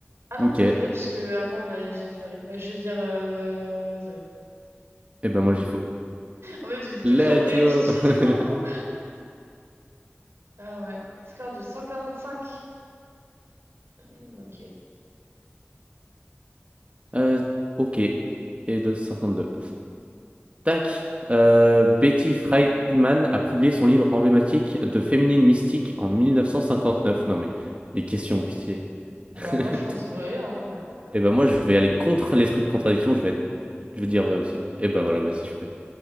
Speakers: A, on the right; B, on the right.
A: Ah non,
B: Ok.
A: peut-être
B: Eh
A: vrai, parce que avant on a... j'ai dit vrai. Bah, je vais dire euh, vrai.
B: ben, moi, j'y faut.
A: En fait, j'ai dit
B: Let's
A: tout le temps vrai
B: go!
A: et tu dis tout
B: <laughs>
A: le temps faux. Ah ouais. Score de 145. Hmm, ok.
B: Euh, ok. Et de 52. Tac. Euh, Betty Friedman a publié son livre emblématique de féminine mystique en 1959. Non, mais les questions, pitié.
A: Bah,
B: <laughs>
A: moi je pense vrai, hein, euh,
B: Et
A: en
B: ben
A: vrai.
B: moi, je vais aller contre l'esprit de contradiction, je vais être- je vais dire vrai aussi. Et ben voilà, bah c'est super.